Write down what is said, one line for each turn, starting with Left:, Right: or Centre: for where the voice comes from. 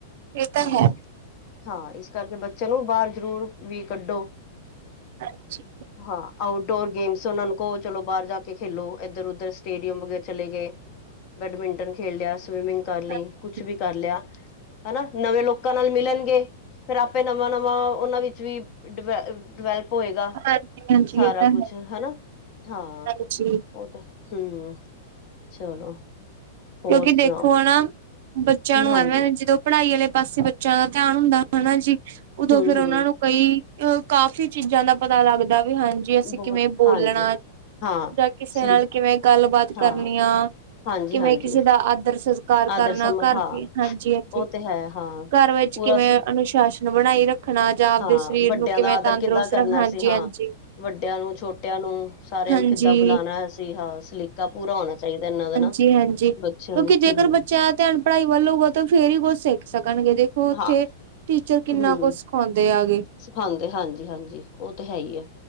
Right: ਇਹ ਤਾਂ
Left: ਹਾਂ-
Right: ਹੈ
Left: ਹਾਂ ਇਸ ਕਰਕੇ ਬ ਚਲੋ ਬਾਹਰ ਜ਼ਰੂਰ ਵੀ ਕੱਢੋ।
Right: ਹਾਂਜੀ
Left: ਹਾਂ ਆਊਟਡੋਰ ਗੇਮਸ ਉਹਨਾਂ ਨੂੰ ਕੋਲ ਚਲੋ ਬਾਹਰ ਜਾ ਕੇ ਖੇਲੋ ਇੱਧਰ ਉਧਰ ਸਟੇਡੀਅਮ ਵਗੈ ਚਲੇ ਗਏ ਬੈਡਮਿੰਟਨ ਖੇਲ ਲਿਆ। ਸਵੀਮਿੰਗ ਕਰ ਲਈ
Right: ਹਾਂਜੀ
Left: ਕੁਛ ਵੀ ਕਰ ਲਿਆ, ਹਨਾ ਨਵੇਂ ਲੋਕਾਂ ਨਾਲ ਮਿਲਣਗੇ। ਫੇਰ ਆਪੇ ਨਵਾਂ- ਨਵਾਂ ਉਹਨਾਂ ਵਿੱਚ ਵੀ ਡਿ ਡਿਵੈਲਪ ਹੋਏਗਾ
Right: ਹਾਂਜੀ ਹਾਂਜੀ
Left: ਸਾਰਾ
Right: ਇਹ ਤਾਂ
Left: ਕੁਛ
Right: ਹੈ
Left: ਹਨਾ, ਹਾਂ।
Right: ਹਾਂਜੀ
Left: ਉਹ ਤੇ ਹੂੰ ਚਲੋ ਹੋਰ
Right: ਕਿਉਂਕਿ ਦੇਖੋ
Left: ਸੁਣਾਓ
Right: ਹਨਾ, ਬੱਚਿਆਂ ਨੂੰ
Left: ਹਾਂਜੀ
Right: ਐਵੇਂ ਜਦੋਂ ਪੜ੍ਹਾਈ ਵਾਲੇ ਪਾਸੇ ਬੱ ਬੱਚਿਆਂ ਦਾ ਧਿਆਨ ਹੁੰਦਾ ਹਨਾ ਜੀ, ਉਦੋਂ
Left: ਹਮ
Right: ਫੇਰ
Left: ਹਮ
Right: ਉਹਨਾਂ ਨੂੰ ਕਈ ਅ ਕਾਫ਼ੀ ਚੀਜ਼ਾਂ ਦਾ ਪਤਾ ਲੱਗਦਾ ਵੀ, ਹਾਂਜੀ ਅਸੀਂ
Left: ਬਹੁਤ
Right: ਕਿਵੇਂ ਬੋਲਣਾ।
Left: ਹਾਂਜੀ ਹਾਂ
Right: ਜਾਂ ਕਿਸੇ
Left: ਸਲੀਕ
Right: ਨਾਲ ਕਿਵੇਂ ਗੱਲਬਾਤ
Left: ਹਾਂ
Right: ਕਰਨੀ ਆ,
Left: ਹਾਂਜੀ
Right: ਕਿਵੇਂ
Left: ਹਾਂਜੀ
Right: ਕਿਸੇ ਦਾ ਆਦਰ ਸਸਕਾਰ ਕਰਨਾ
Left: ਆਦਰ ਸਮਾਂ
Right: ਘਰ,
Left: ਹਾਂ
Right: ਹਾਂਜੀ -ਹਾਂਜੀ
Left: ਉਹ ਤੇ ਹੈ ਹਾਂ
Right: ਘਰ ਵਿੱਚ
Left: ਪੂਰਾ
Right: ਕਿਵੇਂ
Left: ਸ-
Right: ਅਨੁਸ਼ਾਸਨ ਬਣਾਈ ਰੱਖਣਾ ਜਾਂ ਆਪਦੇ
Left: ਹਾਂ
Right: ਸਰੀਰ
Left: ਵੱਡਿਆਂ
Right: ਨੂੰ ਕਿਵੇਂ
Left: ਦਾ ਆਦਰ
Right: ਤੰਦਰੁਸਤ
Left: ਕਿੱਦਾਂ ਕਰਨਾ
Right: ਰੱਖਣਾ, ਹਾਂਜੀ
Left: ਸੀ ਹਾਂ
Right: -ਹਾਂਜੀ।
Left: ਵੱਡਿਆਂ ਨੂੰ ਛੋਟਿਆਂ ਨੂੰ ਸਾਰਿਆਂ
Right: ਹਾਂਜੀ
Left: ਨੂੰ ਕਿੱਦਾਂ ਬੁਲਾਉਣਾ ਅਸੀਂ, ਹਾਂ ਸਲੀਕਾ ਪੂਰਾ ਹੋਣਾ ਚਾਹੀਦਾ ਇਹਨਾਂ ਦਾ ਨਾ।
Right: ਜੀ ਹਾਂਜੀ ਕਿਉਂਕਿ
Left: ਬੱਚਿਆਂ ਨੂੰ
Right: ਜੇਕਰ
Left: ਹਮ
Right: ਬੱਚਿਆਂ ਧਿਆਨ ਪੜ੍ਹਾਈ ਵੱਲ ਹੋਊਗਾ, ਤਾਂ ਫੇਰ ਹੀ ਕੁਛ ਸਿੱਖ ਸਿੱਖਣਗੇ ਦੇਖੋ ਉੱਥੇ
Left: ਹਾਂ
Right: ਟੀਚਰ ਕਿੰਨਾ
Left: ਹੂੰ
Right: ਕੁਝ ਸਿਖਾਉਂਦੇ ਆ ਗੇ।
Left: ਸਿਖਾਂਦੇ ਹਾਂਜੀ-ਹਾਂਜੀ ਉਹ ਤੇ ਹੈ ਹੀ ਹੈ